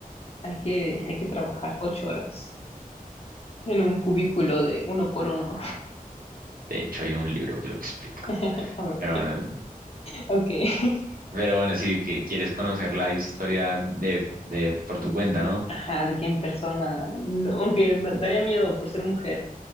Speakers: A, on the left; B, on the right.
A: hay que, hay que trabajar ocho horas en un cubículo de uno por uno?
B: De hecho, hay un libro que lo explica.
A: <laughs> A ver,
B: Pero bueno,
A: ok.
B: Pero bueno, sí, que quieres conocer la historia de, de
A: <laughs>
B: por tu cuenta, ¿no?
A: Ajá, de que en persona, no, aunque da- daría miedo por ser mujer.